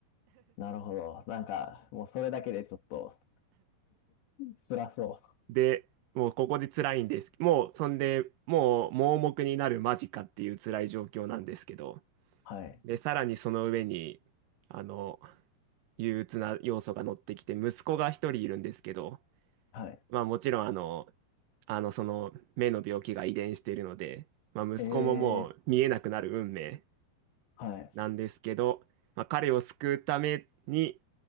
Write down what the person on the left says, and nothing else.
なるほど。なんか、もうそれだけでちょっと辛そう。
はい。
はい。
ええ、はい。